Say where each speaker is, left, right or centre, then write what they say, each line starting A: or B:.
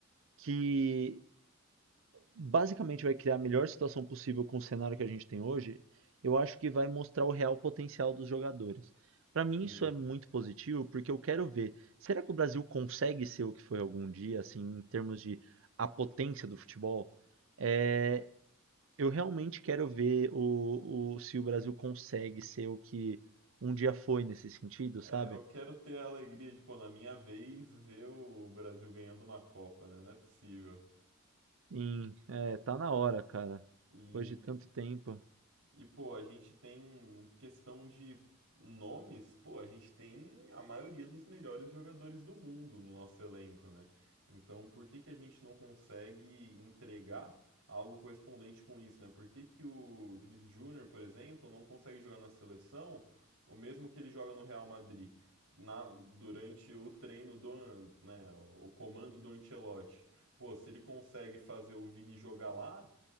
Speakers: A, on the right (about 65°); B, on the right (about 85°).
A: que basicamente vai criar a melhor situação possível com o cenário que a gente tem hoje, eu acho que vai mostrar o real potencial dos jogadores. Para mim
B: sim.
A: isso é muito positivo, porque eu quero ver, será que o Brasil consegue ser o que foi algum dia, assim, em termos de a potência do futebol? É, eu realmente quero ver o, o, se o Brasil consegue ser o que um dia foi nesse sentido, sabe?
B: É, eu quero ter a alegria de, pô, na minha vez, ver o Brasil ganhando uma Copa, né? Não é possível.
A: Sim, é, tá na hora, cara.
B: E,
A: Depois de tanto tempo.
B: E, pô, a gente tem questão de nomes, pô, a gente tem a maioria dos melhores jogadores do mundo no nosso elenco, né? Então, por que que a gente não consegue entregar algo correspondente com isso, né? Por que que o Vinícius Júnior, por exemplo, não consegue jogar na seleção o mesmo que ele joga no Real Madrid? Na, durante o treino do, né, o comando do Ancelotti. Pô, se ele consegue fazer o Vini jogar lá,